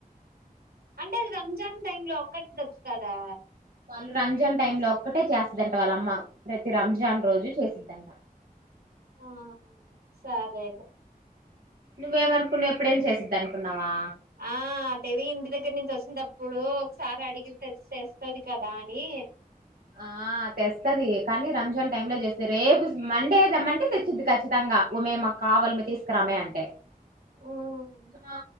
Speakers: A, on the right (about 90°); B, on the right (about 70°).
A: అంటే అది రంజాన్ టైంలో ఒక్కటే వోచింద్ కదా
B: వాళ్ళు రంజాన్ టైంలో ఒక్కటే చేస్తుందంట వాళ్ళ అమ్మ ప్రతి రంజాన్ రోజు చేసిద్దంట
A: ఆ సరేలే
B: నువ్వమనుకునావు ఎప్పుడేం చేసిది అనుకున్నావా
A: ఆ అటవీ ఇంటి దగ్గర నుంచి వచి ప్పుడు ఒకసారి అడిగితె తెస్తుది కదా అని
B: ఆ తెస్తుది కానీ రమజాన్ టైం లో చేస్తే రేపు మండే తెచీది కచ్చితంగా అమ్మే నాకు కావాలి మే తీసుకో రా మే అంటి
A: ఉమ్
B: ఆ